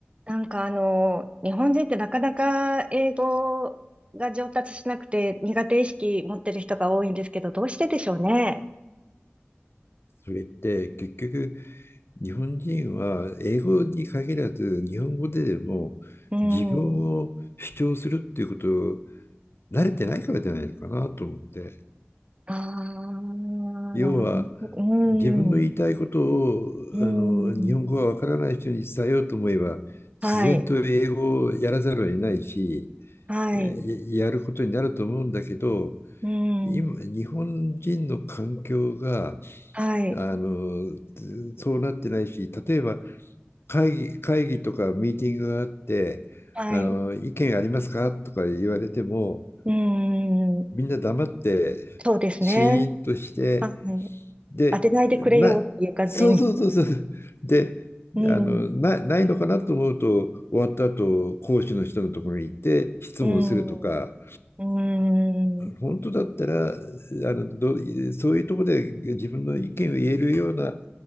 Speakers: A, on the right; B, on the left.
A: なんかあの、日本人ってなかなか英語が上達しなくて苦手意識持ってる人が多いんですけど、どうしてでしょうね。
B: それって結局日本人は英語に限らず日本語ででも自分を主張するっていうことを
A: うん。
B: 慣れてないからじゃないのかなと思って
A: ああ、なるほど。
B: 要は
A: う
B: 自分の言いたいことをあの日本語がわからない人に伝えようと思えば自然と英語をやらざるを得ないし
A: ん。うん。はい。はい。
B: えーややることになると思うんだけど
A: うん。
B: 今日本人の環境が
A: はい。
B: あのそうなってないし例えば会議、会議とかミーティングがあって、
A: はい。
B: あの、意見ありますかとか言われても、
A: うん。
B: みんな黙って、
A: そうですね。
B: シーンとして、
A: はい。
B: で、
A: 当てないでくれよっていう感じに。
B: な、そうそうそうそう。で、
A: うん。
B: あの、な、ないのかなと思うと、終わった後、講師の人のところに行って質問するとか、
A: うん。うん。うん。
B: 本当だったら、あの、どうそういうところで自分の意見を言えるような